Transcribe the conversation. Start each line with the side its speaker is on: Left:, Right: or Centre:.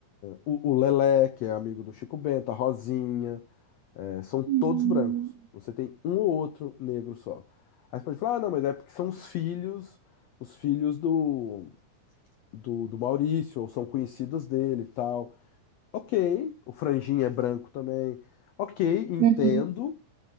Left: O, o Lelé, que é amigo do Chico Bento, a Rosinha, é, são todos
Right: Hum.
Left: brancos. Você tem um ou outro negro só. Aí você pode falar, ah, não, mas é porque são os filhos, os filhos do, do, do Maurício, ou são conhecidos dele e tal. Ok, o Franjinha é branco também. Ok, entendo,
Right: Uhum. Um